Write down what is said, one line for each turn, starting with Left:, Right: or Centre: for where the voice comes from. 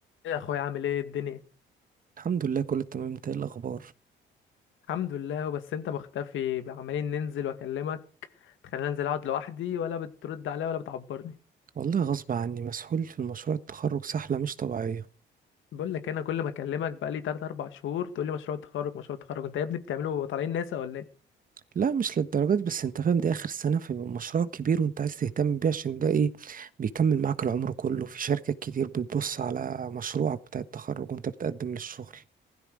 Left: ايه يا اخويا عامل ايه الدنيا
Right: الحمد لله كله تمام انت ايه الاخبار
Left: الحمد لله بس انت مختفي عمالين ننزل واكلمك تخليني انزل اقعد لوحدي ولا بترد عليا ولا بتعبرني
Right: والله غصب عني مسحول في مشروع التخرج سحلة مش طبيعية
Left: بقول لك انا كل ما اكلمك بقالي 3 4 شهور تقول لي مشروع تخرج مشروع تخرج انت يا ابني بتعمله طالعين ناسا ولا ايه
Right: لا مش للدرجات بس انت فاهم دي اخر سنة فبيبقى مشروع كبير وانت عايز تهتم بيه عشان ده ايه بيكمل معاك العمر كله في شركات كتير بتبص على مشروعك بتاع التخرج وانت بتقدم للشغل